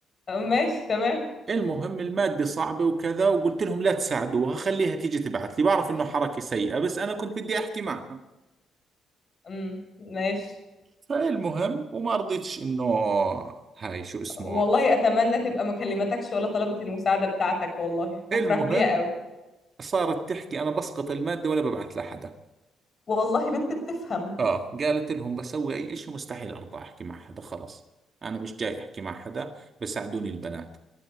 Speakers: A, on the left; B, on the right.
A: ماشي تمام
B: المهم المادة صعبة وكذا وقلت لهم لا تساعدوها خليها تيجي تبعث لي بعرف إنه حركة سيئة بس أنا كنت بدي أحكي معها
A: امم ماشي
B: فالمهم وما رضيتش إنه هاي شو اسمه
A: والله أتمنى تبقى ما كلمتكش ولا طلبت المساعدة بتاعتك والله هفرح
B: المهم
A: بيها قوي
B: صارت تحكي أنا بسقط المادة ولا ببعث لحدا
A: والله بنت بتفهم
B: آه قالت لهم بسوي أي إشي مستحيل أرضى أحكي مع حدا خلص أنا مش جاي أحكي مع حدا بساعدوني البنات